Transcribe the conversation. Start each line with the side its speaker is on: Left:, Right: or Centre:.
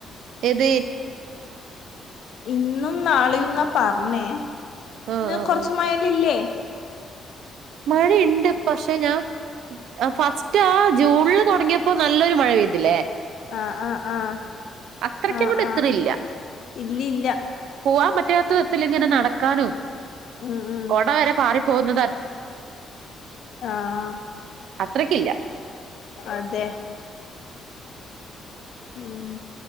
Right: എത്
Left: ഇന്നും നാളെയുന്നാ പറഞ്ഞേ.
Right: ആഹ്
Left: ഇന്ന്
Right: ആഹ്
Left: കൊറച്ച് മയല ഇല്ലേ?
Right: മഴുണ്ട് പക്ഷെ ഞാ ഫസ്റ്റ് ആ ജൂണില് തുടങ്ങിയപ്പോ നല്ലൊരു മഴ പെയ്തില്ലേ?
Left: ആഹ് ആഹ് ആഹ്
Right: അത്രയ്ക്കുംങ്ങോട്ട്
Left: ആഹ്
Right: എത്തണില്ല
Left: ആഹ് ഇല്ലില്ല
Right: പോവാൻ പറ്റാത്തതിങ്ങനെ നടക്ക താനു
Left: ഉം ഉം
Right: കൊടവരെ പാറി പോകുന്നത്
Left: ആഹ്
Right: അത്രക്കില്ല
Left: അതെ. ഉം